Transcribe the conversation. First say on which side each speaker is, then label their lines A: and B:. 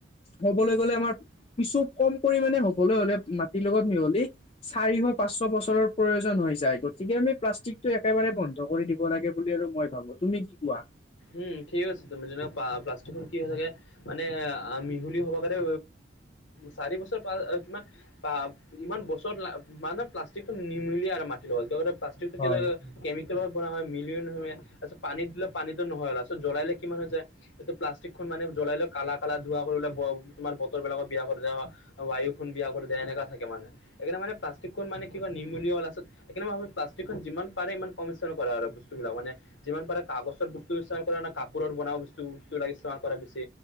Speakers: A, on the left; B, on the left.
A: ক'বলৈ গলে আমাৰ কিছু কম পৰিমামানে হ'বলৈ হলে মাটিৰ লগত মিহলি চাৰিশ পাঁচশ বছৰৰ প্ৰয়োজন হৈ যায় গতিকে আমি প্লাষ্টিকটো একেবাৰে বন্ধ কৰি দিব লাগে বুলি আৰু মই তুমি কি কোৱা।
B: উম, ঠিক কৈছে তুমি যদি প্লাষ্টিকৰ কি হৈ থাকে মানে এ মিহলি হ'বা কাৰণে চাৰি বছৰ পা কিমান বা ইমান বছৰত মানে প্লাষ্টিকটো নিমিলি আৰু মাটিৰ লগত প্লাষ্টিক
A: হয়
B: কেমিকেলত বনোৱা হয় মিলিও নিমিলে পানী দিলে পানীত নহয়'লাষ্টত জ্বলাললে কিমান হৈ যায় এইটো প্লাষ্টিকখন মানে জ্বলাই লৈ কালা কালা ধোৱা কৰিলে তোমাৰ বতৰ বিলাকক বিয়া কৰি দিয়া হয় বায়ু খন বিয়া কৰি দিয়া এনেককা থাকে মানে সেইইকাৰণে প্লাষ্টিক খন মানে কিবা নিৰ্মুলীয়া লাষ্টত সেইকাৰে মই ভাবো প্লাষ্টিকন যিমান পাৰে ইমান কমিশ্যন কৰা আৰু বস্তুবিলাক মানে যিমান পাৰে কাগজৰ বস্তু কৰা ন কাপোৰৰ বনোৱা বস্তু <unintelligible> ই কৰা পিছে